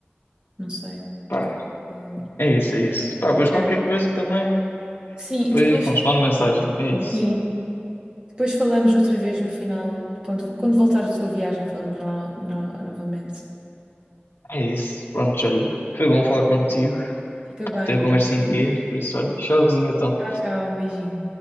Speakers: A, on the right (about 25°); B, on the left (about 75°).
A: não sei.
B: Pá,
A: Hum,
B: é isso, é isso. Pá, pois qualquer
A: é.
B: coisa também.
A: Sim,
B: Pois,
A: depois,
B: pronto, manda mensagem. É isso.
A: sim, depois falamos outra vez no final, quando, quando voltares da tua viagem, falamos no- no- novamente.
B: É isso. Pronto, olha. Foi bom falar contigo,
A: Fica bem.
B: ter a conversa em dia. Por isso, olha, tchauzinho então.
A: Tchau, tchau, um beijinho.